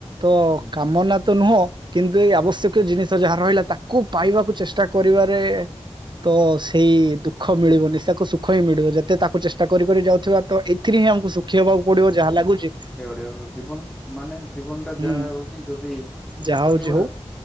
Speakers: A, on the right; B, in the centre.
A: ତ
B: ହୁଁ।
A: କାମନା ତ ନୁହଁ କିନ୍ତୁ ଏଇ ଆବଶ୍ୟକୀୟ ଜିନିଷ ଯାହା ରହିଲା ତାକୁ ପାଇବାକୁ ଚେଷ୍ଟା କରିବାରେ ତ ସେଇ ଦୁଃଖ ମିଳିବନି ତାକୁ ସୁଖ ହିଁ ମିଳିବ ଯେତେ ତାକୁ ଚେଷ୍ଟା କରିି କରି ଯାଉଥିବା ତ ଏଥିରେ ହିଁ ଆମକୁ ସୁଖୀ ହବାକୁ ପଡିବ ଯେ ଯାହା ଲାଗୁଛି
B: ଯଉ ଜୀବନ ମାନେ ଜୀବନ ଟା
A: ହୁଁ
B: ଯାହା ହଉଛି ଯଦି
A: ଯାହା
B: କହିଲି
A: ହଉଛି
B: ପରା
A: ହଉ